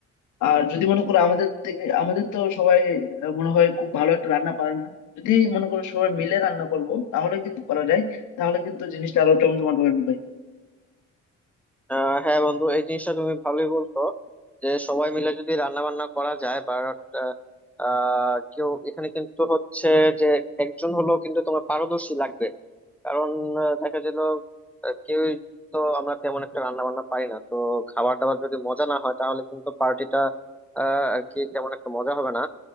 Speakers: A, on the left; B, in the centre.
A: আর যদি মনে করো আমাদের থেকে আমাদের তো সবাই আহ, মনে হয় খুব ভালো একটা রান্না পারে না যদি মনে করো সবাই মিলে রান্না করব তাহলে কিন্তু করা যায় তাহলে কিন্তু জিনিসটা আরো জমজমাট হবে
B: আহ হ্যাঁ বন্ধু এই জিনিসটা তুমি ভালোই বলছো যে সবাই মিলে যদি রান্না বান্না করা যায় বাট আহ কেউ এখানে কিন্তু হচ্ছে যে একজন হলো কিন্তু তোমার পারদর্শী লাগবে কারণ আহ, দেখা গেল কেউই তো আমরা তেমন একটা রান্না বান্না পারি না তো খাবার দাবার যদি মজা না হয় তাহলে কিন্তু পার্টিটা আর কি তেমন একটা মজা হবে না